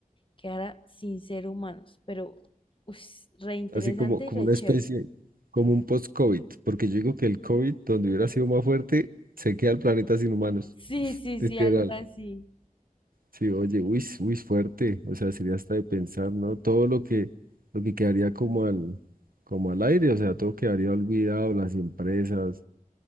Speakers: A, on the left (about 35°); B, on the right (about 90°).
A: quedara sin ser humanos, pero uf, re interesante
B: Así como, como
A: y re
B: una
A: chévere.
B: especie, como un post-COVID, porque yo digo que el COVID, donde hubiera sido más fuerte, se queda el planeta sin humanos,
A: Sí,
B: <laughs>
A: sí,
B: literal.
A: sí, algo así.
B: Sí, oye, uy, s- uy, fuerte, o sea, sería hasta de pensar, ¿no? Todo lo que, lo que quedaría como al, como al aire, o sea, todo quedaría olvidado, las empresas,